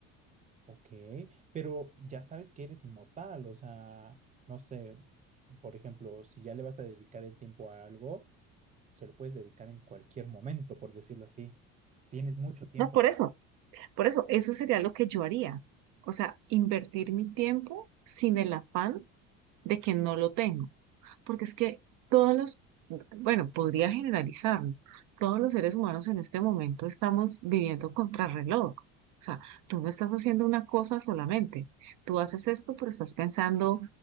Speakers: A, on the right (about 25°); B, on the right (about 70°).
A: Ok, pero ya sabes que eres inmortal, o sea, no sé, por ejemplo, si ya le vas a dedicar el tiempo a algo, se lo puedes dedicar en cualquier momento, por decirlo así. Tienes mucho tiempo.
B: No, por eso, por eso, eso sería lo que yo haría. O sea, invertir mi tiempo sin el afán de que no lo tengo. porque es que todos los, bueno, podría generalizarlo, todos los seres humanos en este momento estamos viviendo contrarreloj. O sea, tú no estás haciendo una cosa solamente. Tú haces esto, pero estás pensando